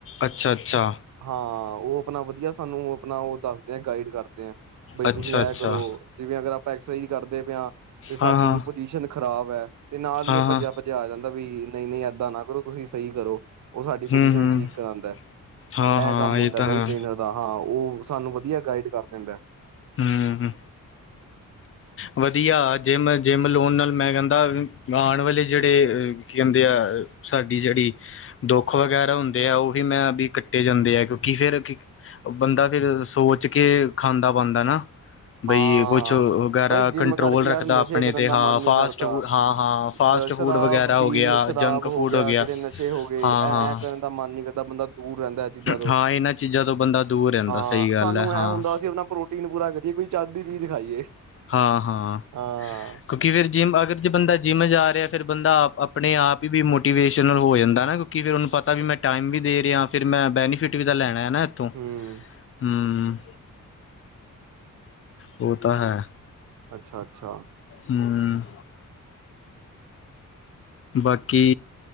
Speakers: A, on the left; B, on the right.
A: ਅੱਛਾ, ਅੱਛਾ।
B: ਹਾਂ ਆ, ਉਹ ਆਪਣਾ ਵਧੀਆ ਸਾਨੂੰ ਆਪਣਾ ਉਹ ਦੱਸਦੇ ਆ ਗਾਈਡ ਕਰਦੇ ਆ, ਬਈ
A: ਅੱਛਾ
B: ਤੁਸੀਂ ਇਹ
A: ਅੱਛਾ
B: ਕਰੋ। ਜਿਵੇਂ ਅਗਰ ਆਪਾਂ ਐਕਸਰ ਕਰਦੇ ਪਏ ਹਾਂ, ਤੇ ਸਾਡੀ
A: ਹਾਂ ਹਾਂ
B: ਪੁਜੀਸ਼ਨ ਖ਼ਰਾਬ ਹੈ ਤੇ ਨਾਲ
A: ਹਾਂ
B: ਹੀ ਉਹ ਭੱਜਿਆ
A: ਹਾਂ
B: ਆ ਜਾਂਦਾ ਵੀ ਨਹੀਂ ਨਹੀਂ ਏਦਾਂ ਨਾ ਕਰੋ, ਤੁਸੀਂ ਸਹੀ ਕਰੋ, ਉਹ ਸਾਡੀ
A: ਹੂੰ
B: ਪੁਜੀਸ਼ਨ
A: ਹੂੰ
B: ਠੀਕ ਕਰਾਉਦਾ ਹਾ।
A: ਹਾਂ
B: ਇਹ
A: ਹਾਂ
B: ਕੰਮ ਹੁੰਦਾ
A: ਤਾਂ
B: ਬਾਈ
A: ਹੈ
B: ਟ੍ਰੇਨਰ ਦਾ ਹਾਂ, ਉਹ ਸਾਨੂੰ ਵਧੀਆ ਗਾਈਡ ਕਰ ਦਿੰਦਾ ਹੈ।
A: ਹਮ ਆ। ਵਧੀਆ ਜਿੰਮ, ਜਿੰਮ ਲੋਨ ਨਾਲ ਮੈਂ ਕਹਿੰਦਾ ਆਉਣ ਵਾਲੇ ਜਿਹੜੇ ਕੀ ਕਹਿੰਦੇ ਆ ਸਾਡੀ ਜਿਹੜੀ ਦੁੱਖ ਵਗੈਰਾ ਹੁੰਦੇ ਆ ਉਹਹੀ ਮੈਂ ਵੀ ਕੱਟੇ ਜਾਂਦੇ ਆ, ਕਿਉਂਕਿ ਫੇਿਰ ਕੀ ਬੰਦਾ ਫੇਿਰ ਸੋਚ ਕੇ ਖਾਂਦਾ ਪਾਾਂਦਾ ਨਾ, ਬਈ
B: ਹਾਂ
A: ਕੁਛ
B: ਬਾਈ ਜਿੰਮ
A: ਕੰਟਰੋਲ
B: ਕਰਕੇ ਯਾਰ
A: ਰੱਖਦਾ
B: ਨਸ਼ੇ
A: ਆਪਣੇ
B: ਕਰਨ
A: ਤੇ
B: ਦਾ
A: ਹਾਂ
B: ਮਨ
A: ਫਾਸਟ
B: ਨ ਕਰਦਾ।
A: ਫੂਡ ਹਾਂ ਹਾਂ ਫਾਸਟ
B: ਸ਼ਰਾਬ
A: ਫੂਡ ਵਗੈਰਾ
B: ਵੀ
A: ਹੋ ਗਿਆ
B: ਨ ਸ਼ਰਾਬ
A: ਜੰਕ
B: ਹੋ
A: ਫੂਡ
B: ਗਿਆ, ਜਿਹੜੇ ਨਸ਼ੇ ਹੋ ਗਏ
A: ਹਾਂ
B: ਐ,
A: ਹਾਂ
B: ਐ ਕਰਨ ਦਾ ਮਨ ਨੀ ਕਰਦਾ। ਬੰਦਾ ਦੂਰ ਰਹਿੰਦਾ ਇਹ ਚੀਜ਼ਾਂ ਤੋਂ,
A: ਹਾਂ ਇਹਨਾਂ ਚੀਜ਼ਾਂ ਤੋਂ ਬੰਦਾ ਦੂਰ ਰਹਿੰਦਾ
B: ਹਾਂ
A: ਸਹੀ ਗੱਲ
B: ਸਾਨੂੰ
A: ਹੈ ਹਾਂ
B: ਐ ਹੁੰਦਾ ਸੀ ਆਪਣਾ ਪ੍ਰੋਟੀਨ ਪ੍ਰੋਟੀਨ ਪੂਰਾ ਕਰੀਏ, ਕੋਈ ਚੱਜ ਦੀ ਚੀਜ਼ ਖਾਈਏ।
A: ਹਾਂ ਹਾਂ,
B: ਹਾਂ
A: ਕ ਕੇ ਫਿਰ ਜਿੰਮ ਅਗਰ ਜੇ ਬੰਦਾ ਜਿੰਮ ਜਾ ਰਿਹਾ, ਫਿਰ ਬੰਦਾ ਆਪ ਆਪਣੇ ਆਪ ਹੀ ਵੀ ਮੋਟੀਵੇਸ਼ਨਲ ਹੋ ਜਾਂਦਾ ਨਾ ਕਿ ਫਿਰ ਉਹਨੂੰ ਪਤਾ ਵੀ ਮੈਂ ਟਾਈਮ ਵੀ ਦੇ ਰਿਹਾ, ਫਿਰ ਮੈਂ ਬੈਨੀਫਿਟ ਬੇਨੀਫਿਟ ਦਾ ਲੈਣਾ ਹੈ ਨਾ ਇੱਥੋਂ,
B: ਹੂੰ
A: ਹਮ। ਉਹ ਤਾਂ ਹੈ।
B: ਅੱਛਾ ਅੱਛਾ।
A: ਹਮ। ਬਾਕੀ